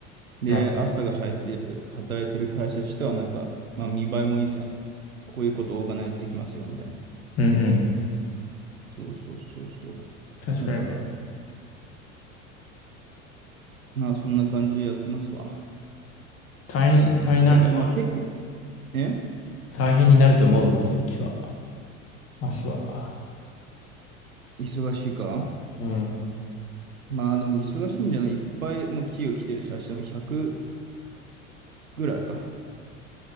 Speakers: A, on the right (about 80°); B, on the left (about 35°).
A: で、
B: な、
A: 朝が入ってる、働いてる会社としてはなんか、まあ見栄えもいいじゃん。こういうことオーガナイズできますよみたいな。
B: うんうん。
A: そうそうそうそ
B: 確かに。
A: う。だから、まあそんな感じでやってますわ。
B: 大変、大変になると思う。
A: そうだからまあ結構、え
B: 大変になると思う、そっちは。明日は。
A: 忙しいか
B: うん。
A: まあでも忙しいんじゃないいっぱいもう企業来てるし、明日も160ぐらいか。